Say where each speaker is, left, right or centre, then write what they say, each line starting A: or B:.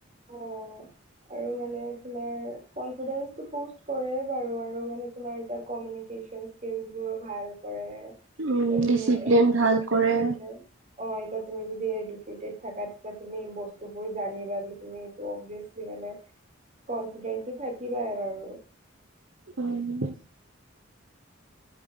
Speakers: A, on the right; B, on the right.
A: অ', আৰু মানে তোমাৰ কনফিডেন্স পিশ কৰে বাৰু আৰু মানে তোমাৰ এতিয়া কমিউনিকেশ্যন স্কিলচবোৰো ভাল কৰে
B: উম
A: বা
B: ডিচিপ্লিন
A: তুমি এইটো
B: ভাল
A: কি আছিল
B: কৰে
A: <inaudible> অ' এতিয়া তুমি যদি এডুকেটেড থাকা, তেতিয়া তুমি বস্তুবোৰ জানিবা তুমি‌ এইটো অভিয়েচলি মানে কনফিডেন্টো থাকিবই বাৰু
B: হয় নেকি?